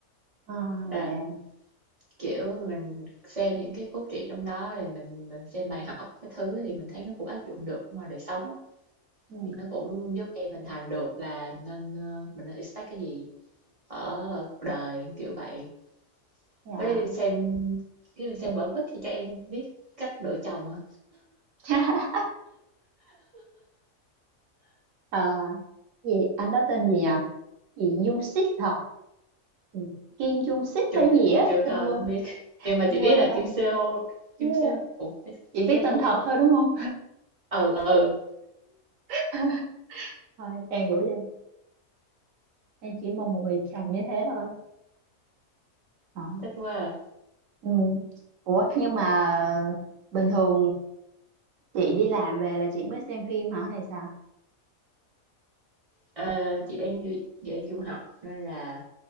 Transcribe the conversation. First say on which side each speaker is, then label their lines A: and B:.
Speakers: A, on the right; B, on the right.
A: à
B: á.
A: dạ
B: Kiểu, mình xem những cái cốt truyện trong đó rồi mình mình xem bài học cái thứ thì mình thấy nó cũng áp dụng được ngoài đời sống á.
A: ừ,
B: Thì nó cũng giúp em hình thành được là nên, ờ, mình nên expect cái gì ở, ở cuộc đời, kiểu vậy.
A: dạ
B: Với xem cái mình xem vở quýt thì chắc em biết cách lựa chồng à?
A: dạ <laughs> Ờ, gì anh đó tên gì nhỉ gì Dung Sít hả Ừ, Kim Dung Sít
B: Chưa
A: hay gì á
B: chưa coi
A: em quên
B: không biết. Nhưng mà
A: em
B: chỉ
A: quên
B: biết là
A: tên
B: Kim Seo Kim
A: Yeah.
B: Seo Ủa, phải
A: chỉ
B: Seo
A: biết tên thật
B: đúng.
A: thôi đúng không
B: Ừ ừ, ừ,
A: <laughs> thôi em cũng vậy em chỉ mong một người chồng như thế thôi Ờ,
B: thích quá. À.
A: ừ. ủa nhưng mà bình thường chị đi làm về là chị mới xem phim hả hay sao
B: Ờ, chị đang đi- chị đang du học nên là